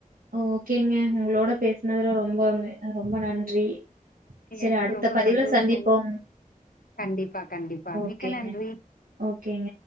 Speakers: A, on the right; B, on the left.
A: ஓகேங்க உங்ளோட பேசுனதுல ரொம்ப வெ அ ரொம்ப நன்றி செரி
B: எனக்கு
A: அடுத்த
B: ரொம்ப
A: பதிவுல
B: சந்தோஷோ
A: சந்திப்போம்
B: கண்டிப்பா கண்டிப்பா
A: ஓகேங்க
B: மிக்க நன்றி
A: ஓகேங்க